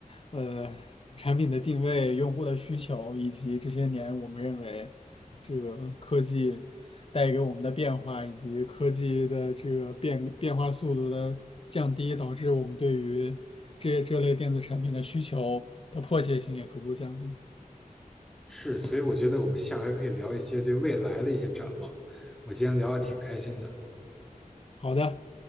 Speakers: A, on the left; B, in the centre.
A: 呃，产品的定位、用户的需求，以及这些年我们认为这个科技带给我们的变化，以及科技的这个变变化速度的降低，导致我们对于这这类电子产品的需求的迫切性也逐步降低。
B: 是，所以我觉得我们下回可以聊一些对未来的一些展望。我今天聊的挺开心的。
A: 好的。